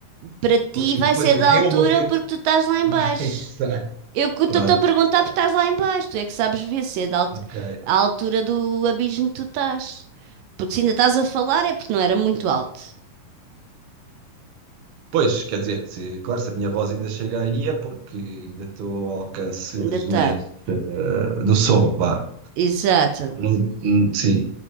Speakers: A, on the right; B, on the right.
A: Para ti
B: Porque
A: vai
B: depois
A: ser
B: o
A: da
B: que
A: altura
B: eu vou ter
A: porque tu estás lá em
B: <laughs>
A: baixo.
B: Exato.
A: Eu que estou-te
B: Pronto.
A: a perguntar
B: Exato.
A: porque estás lá em baixo. Tu é que sabes ver se é da alt-
B: Ok.
A: a altura do abismo que tu estás. Porque se ainda estás a falar é porque não era muito alto.
B: Pois, quer dizer, se, claro, se a minha voz ainda chega aí é porque ainda estou ao alcance
A: Ainda
B: das
A: está.
B: minhas, eh, do som, vá.
A: Exato.
B: Hum, hum, Sim.